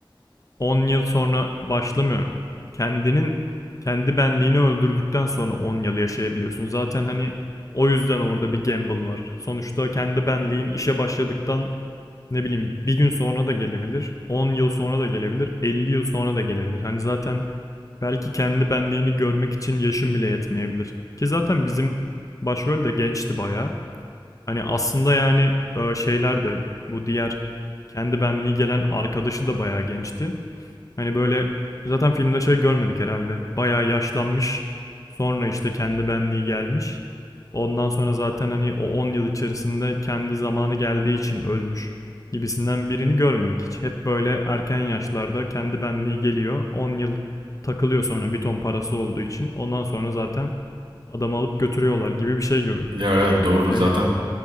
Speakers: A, on the left; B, on the right.
A: 10 yıl sonra başlamıyor. Kendinin kendi benliğini öldürdükten sonra 10 yıl yaşayabiliyorsun. Zaten hani o yüzden orada bir gamble var. Sonuçta kendi benliğin işe başladıktan ne bileyim bir gün sonra da gelebilir, 10 yıl sonra da gelebilir, 50 yıl sonra da gelebilir. Hani zaten belki kendi benliğini görmek için yaşın bile yetmeyebilir. Ki zaten bizim başrol de gençti bayağı. Hani aslında yani e, şeyler de bu diğer kendi benliği gelen arkadaşı da bayağı gençti. Hani böyle zaten filmde şey görmedik herhalde. Bayağı yaşlanmış. Sonra işte kendi benliği gelmiş. Ondan sonra zaten hani o 10 yıl içerisinde kendi zamanı geldiği için ölmüş gibisinden birini görmedik hiç. Hep böyle erken yaşlarda kendi benliği geliyor. 10 yıl takılıyor sonra bir ton parası olduğu için. Ondan sonra zaten adamı alıp götürüyorlar gibi bir şey gördük.
B: Ya evet, doğru
A: Yani
B: zaten